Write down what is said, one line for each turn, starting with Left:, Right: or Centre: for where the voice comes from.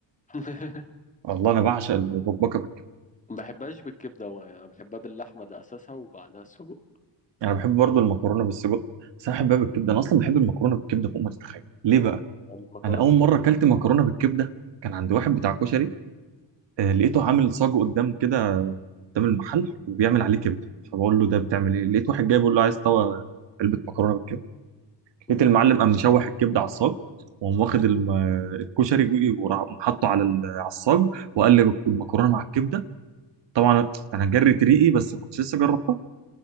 Left: <laughs>
Right: الله أنا بعشق المبكبكة بالكبدة
Left: ما بحبهاش بالكبده هو يعني بحبها باللحمه ده اساسها وبعدها سجق
Right: يعني أنا بحب برضو المكرونة بالسجق بس أنا بحبها بالكبدة أنا أصلا بحب المكرونة بالكبدة فوق ما تتخيل ليه بقى؟
Left: المكرونه
Right: أنا أول مرة
Left: كبده
Right: أكلت
Left: جامد
Right: مكرونة بالكبدة كان عند واحد بتاع كشري آه لقيته عامل صاج قدام كده قدام المحل وبيعمل عليه كبده فبقول له ده بتعمل ايه لقيت واحد جاي بيقول له عايز طبق علبه مكرونه بالكبده
Left: امم
Right: لقيت المعلم قام مشوح الكبده على الصاج وقام واخد الم- الكشري وراح حاطه على ال- على الصاج وقلب المكرونه مع الكبده طبعا انا جريت ريقي بس ما كنتش لسه جربتها